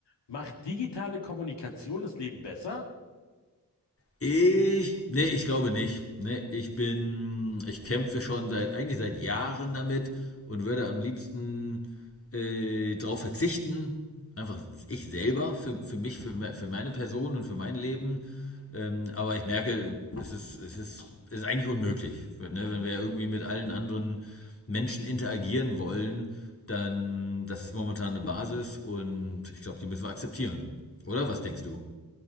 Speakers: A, on the left; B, on the left.
A: Macht digitale Kommunikation das Leben besser?
B: Ich, nee, ich glaube nicht. Nee, ich bin, ich kämpfe schon seit, eigentlich seit Jahren damit und würde am liebsten äh, darauf verzichten, einfach ich selber, für, für mich, für, me- für meine Person und für mein Leben. Ähm, aber ich merke, es ist, es ist, es ist eigentlich unmöglich. ne, wenn wir ja irgendwie mit allen anderen Menschen interagieren wollen, dann, das ist momentan eine Basis und ich glaube, die müssen wir akzeptieren. Oder was denkst du?